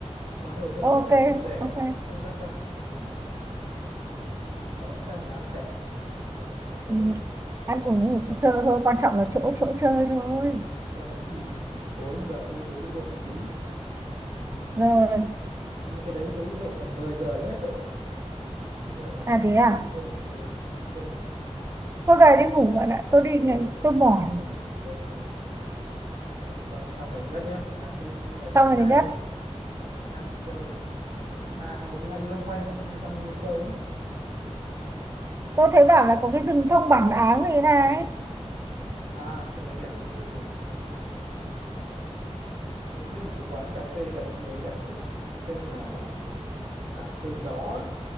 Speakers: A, on the right; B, on the right.
A: cá hồi theo set
B: ok
A: thì cũng rẻ
B: ok
A: nó cũng không đắt đâu chắc khoảng khoảng 600 là ăn tẹt ăn được tầm đấy
B: ừ.
A: thôi
B: ăn uống
A: để xong
B: thì sơ sơ thôi quan trọng là chỗ chỗ chơi thôi
A: Ừ, sau đấy thì tối mình vào khu phố đi bộ một tí
B: rồi
A: nhưng mà cái đấy phố đi bộ tầm 10 giờ là hết rồi nhưng về
B: à thế
A: có
B: à
A: gì chơi ừ có gì chơi nhỉ
B: hôm nay đi ngủ bạn ạ tôi
A: ờ,
B: đi
A: về
B: ngay-
A: đi ngủ nha
B: tôi mỏi
A: ừ ok thế thì coi như xong ngày thứ nhất nhá sáng thứ ngày
B: xong
A: thứ
B: rồi
A: hai
B: thứ nhất
A: ngày thứ hai mình đi đâu nhỉ ngày thứ hai à, ngày thứ hai đi loanh quanh trong trong Mộc Châu nhé
B: tôi thấy bảo là có cái rừng thông bản áng gì này
A: à khu đấy đẹp đấy ừ, ừ, ừ. tôi biết một cái quán cà phê gần khu đấy đẹp cực tên là cà phê gió